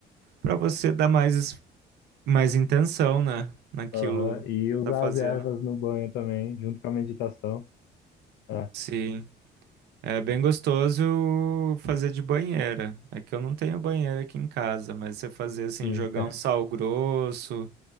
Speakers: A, on the right; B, on the left.
A: para você dar mais mais intenção, né? Naquilo
B: Aham. E
A: que
B: usar
A: tá fazendo.
B: as ervas no banho também, junto com a meditação. É,
A: Sim. É bem gostoso fazer de banheira. É que eu não tenho banheira aqui em casa, mas você fazer assim,
B: sim,
A: jogar
B: <laughs>
A: um sal grosso